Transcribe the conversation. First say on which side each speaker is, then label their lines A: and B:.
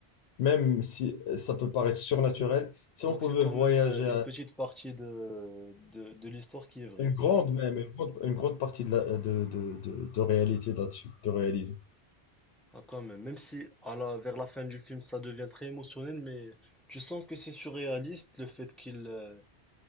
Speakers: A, on the left; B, in the centre.
A: même si ça peut paraître surnaturel, si
B: Donc
A: on pouvait
B: il y a quand
A: voyager
B: même euh, une petite partie de, de, de l'histoire qui est vraie.
A: Une grande même, une grande, une grande partie de, la, de, de, de, de réalité là-dessus, de réalisme.
B: Ah, quand même. Même si à la, vers la fin du film, ça devient très émotionnel, mais tu sens que c'est surréaliste le fait qu'il euh,